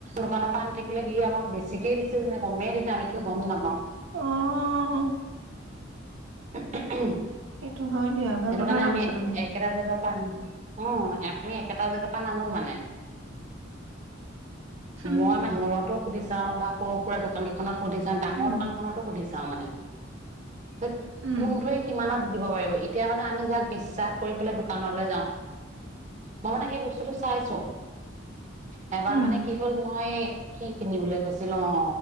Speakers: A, on the right (about 40°); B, on the right (about 85°).
A: দোকানৰ পৰা আনি থাকিলে কি আমাক বেছিকে দিছে নে কমে দিছে আমিতো গম নাপওঁ।
B: অ',
A: <unintelligible>
B: সেইটো হয় দিয়া ভাল
A: সেইটো
B: কথা
A: কাৰণে
B: এটা
A: আমি
B: কৈছা তুমি
A: একেটা জেগাৰপা আনো। অ আমি একেটা জেগাৰ পৰা নানো মানে।
B: উম,
A: মই <unintelligible> সুধি চাও বা সৰু সুৰা দোকান কেইখনত সুধিচাম ডাঙৰ
B: উম,
A: দোকানখনতো সুধিছ তাৰমানে। <unintelligible>
B: উম,
A: কোনটোৱে কিমানত দিব পাৰিব এতিয়া মানে আমি যাক বিশ্বাস কৰি পেলাই দোকানলৈ যাওঁ। মই মানে সেই বস্তুটো চাইছো। এবাৰ
B: উম।
A: মানে কি হ'ল মই কি কিনিবলৈ গৈছিলো অ